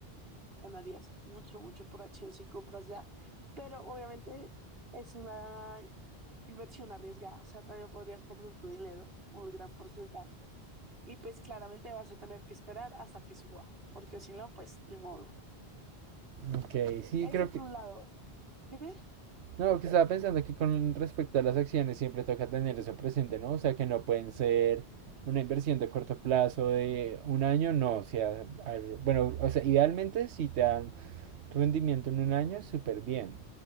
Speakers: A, on the right; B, on the right.
A: Ganarías mucho, mucho por acción si compras ya. Pero obviamente es una inversión arriesgada. O sea, también podrías perder tu dinero, un gran porcentaje. Y pues claramente vas a tener que esperar hasta que suba, porque si no, pues ni modo.
B: Ok, sí,
A: Eso
B: creo
A: por
B: que...
A: un lado. Dime,
B: No, que estaba pensando que con respecto a las acciones siempre toca tener eso presente, ¿no? O sea, que no pueden ser una inversión de corto plazo de un año, no, o sea, al- bueno, o sea, idealmente si te dan rendimiento en un año, súper bien.